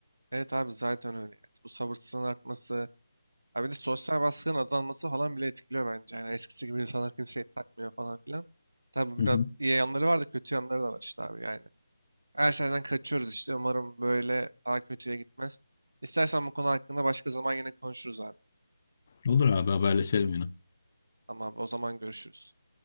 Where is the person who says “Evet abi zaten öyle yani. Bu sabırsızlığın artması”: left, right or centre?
Right